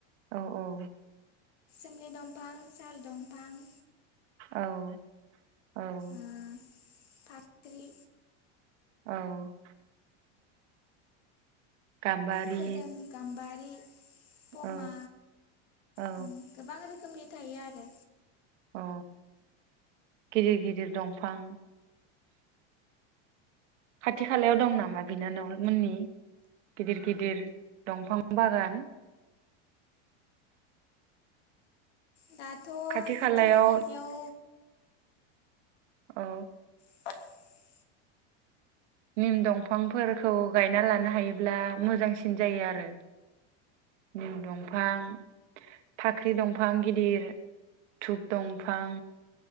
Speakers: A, on the right; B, on the left.
A: औ औ
B: सुमलि दमफां, साल दमफां
A: औ औ
B: ओ फाख्रि
A: औ गाम्बारि
B: खोदोम, गाम्बारि पमा
A: औ औ
B: उम गोबां रोखोमनि गायो आरो।
A: औ गिदिर गिदिर दंफां। खाथि खालायाव दं नामा बिनानावमोननि गिदिर गिदिर दंफां बागान?
B: दाथ'
A: खाथि खालायाव
B: जोंनि खाथियाव
A: औ
B: <inaudible>
A: निम दंफांफोरखौ गायना लानो हायोब्ला मोजांसिन जायो आरो। निम दंफां फाख्रि दंफां गिदिर धुप दंफां।